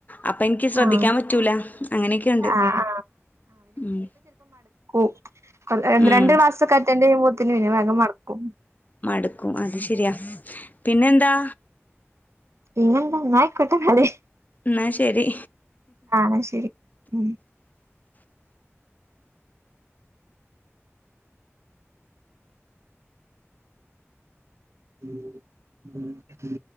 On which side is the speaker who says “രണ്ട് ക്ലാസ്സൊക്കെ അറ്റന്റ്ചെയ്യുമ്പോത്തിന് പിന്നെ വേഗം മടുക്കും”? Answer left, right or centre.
Right